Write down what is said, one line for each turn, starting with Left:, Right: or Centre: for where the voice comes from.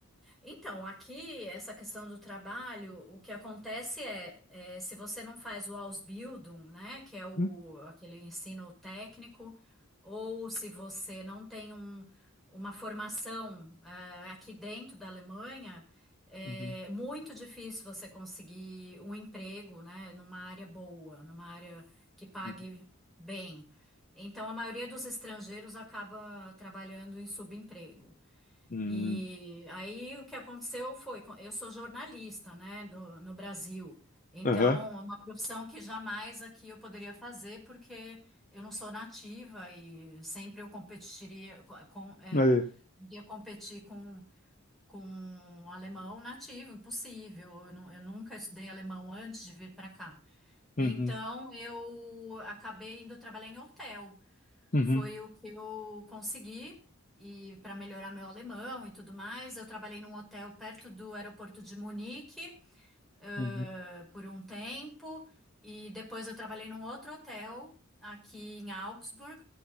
Centre: Então, aqui, essa questão do trabalho, o que acontece é, é, se você não faz o Ausbildung, né, que é o,
Left: Hum,
Centre: aquele ensino técnico, ou se você não tem um- uma formação, eh, aqui dentro da Alemanha, é
Left: Uhum.
Centre: muito difícil você conseguir um emprego, né, numa área boa, numa área que pague
Left: Uhum.
Centre: bem. Então, a maioria dos estrangeiros acaba trabalhando em subemprego.
Left: Uhum.
Centre: E aí o que aconteceu foi, eu sou jornalista, né, do- no Brasil. Então,
Left: Aham.
Centre: é uma profissão que jamais aqui eu poderia fazer, porque eu não sou nativa e sempre eu competiria co- com, é,
Left: Aí.
Centre: ia competir com, com um alemão nativo, impossível. Eu, nu- eu nunca estudei alemão antes de vir para cá. Então,
Left: Uhum.
Centre: eu acabei indo trabalhar em hotel.
Left: Uhum.
Centre: Foi o que eu consegui e para melhorar meu alemão e tudo mais. Eu trabalhei num hotel perto do aeroporto de Munique, ãh,
Left: Uhum.
Centre: por um tempo e depois eu trabalhei num outro hotel aqui em Augsburg,